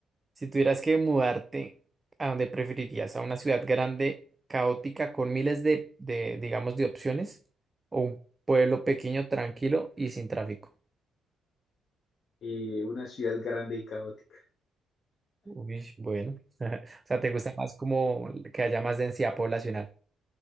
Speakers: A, on the right (about 20°); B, on the left (about 55°).
A: Si tuvieras que mudarte, ¿a dónde preferirías? ¿A una ciudad grande, caótica, con miles de, de digamos, de opciones? ¿O un pueblo pequeño, tranquilo y sin tráfico?
B: Eh, una ciudad grande y caótica.
A: Uy, bueno. <laughs> O sea, ¿te gusta más como que haya más densidad poblacional?